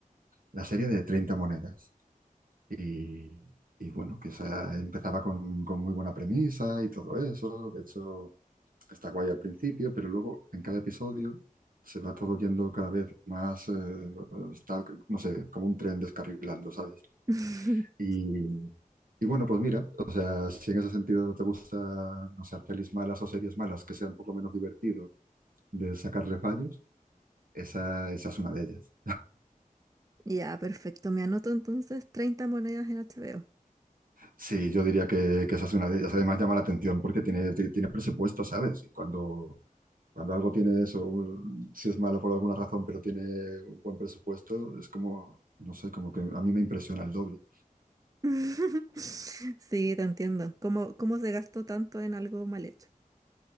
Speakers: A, on the right (about 75°); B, on the right (about 25°).
A: la serie de treinta monedas. Y, y bueno, que esa empezaba con, con muy buena premisa y todo eso. De hecho, está guay al principio, pero luego en cada episodio se va todo yendo cada vez más, eh, está, no sé, como un tren descarrilando, ¿sabes?
B: <laughs>
A: Y, y bueno, pues mira, o sea, si en ese sentido te gusta, no sé, pelis malas o series malas que sean por lo menos divertido de sacarle fallos, esa, esa es una de ellas.
B: Ya, perfecto. Me anoto entonces treinta monedas en HBO.
A: Sí, yo diría que, que esa es una de ellas. Además llama la atención porque tiene, ti- tiene presupuesto, ¿sabes? Y cuando, Cuando algo tiene eso, un- si es malo por alguna razón, pero tiene un buen presupuesto, es como, no sé, como que a mí me impresiona el doble.
B: <laughs> Sí, te entiendo. ¿Cómo, cómo se gastó tanto en algo mal hecho?